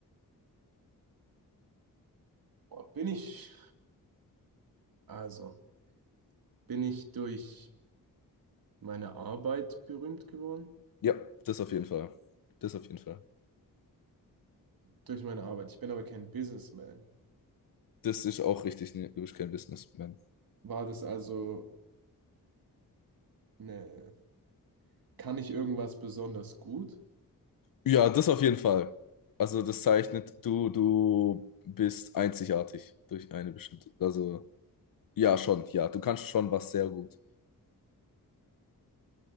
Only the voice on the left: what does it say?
Ja, das auf jeden Fall. Das auf jeden Fall.
Das ist auch richtig. Nee, du bist kein Businessman.
Ja, das auf jeden Fall. Also das zeichnet, du, du bist einzigartig durch eine bestimmte. Also, ja, schon, ja. Du kannst schon was sehr gut.